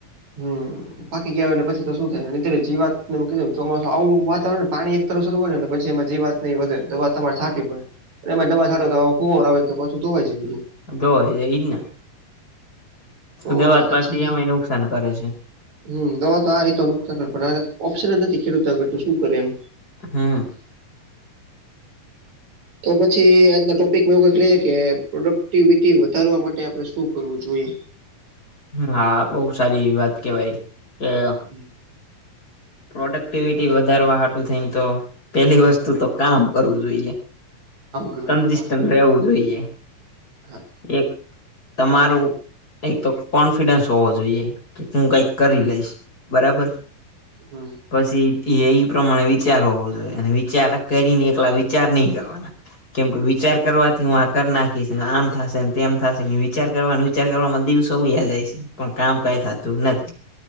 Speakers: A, on the right (about 55°); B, on the left (about 25°).
A: હમ. પાકી ગયા એટલે પછી તો શું થાય ને અત્યારે જીવાતને ચોમાસું આવું વાતાવરણને પાણી એક તરફ શું હોય ને એટલે પછી એમાં જીવાત ને વધે દવા તમારે છાંટીવી પડે એમાં દવા છાંટો તો ફુવર આવે તો પાછું ધોવાય જાય બધું
B: ધોવાય જાય એજ ને
A: તો
B: દેવાજ પાછી
A: પછી
B: એમાંય નુકસાન કરે છે.
A: હમ દવા તો આ તો નુકશાન પણ ઓપ્શનલ નથી ખેડૂતો આગળ તો શું કરે એમ
B: હમ.
A: તો પછી આજના ટોપિકમાં એવું લઈએ કે પ્રોડક્ટિવિટી વધારવા માટે આપડણે શું કરવું જોઈએ?
B: હા બઉુ સારી એવી વાત કેવાય કે
A: હમ.
B: પ્રોડક્ટિવિટી વધારવા હાટુ થઈ ને- - પેલી વસ્તુ તો કામ કરવું જોઈએ
A: કરવું
B: કન્સિસ્ટન્ટ
A: જોઈએ વાહ
B: રહેવું જોઈએ.
A: હા
B: એક તમારું- - એક તો કોન્ફિડન્સ હોવો જોઈએ કે હું કઈક કરી લઈશ બરાબર.
A: હમ.
B: પછી એ એ પ્રમાણે વિચાર હોવો જોઈએ અને વિચાર કરીને એકલા વિચાર નહી કરવાના. કેમ કે વિચાર કરવાથી હું આ કર નાખીશ આમ થશે તેમ થશે વિચાર કરવાનું. ાર કરવામાં દિવસો વયા જાય છે પણ કામ કઈ થતું નથી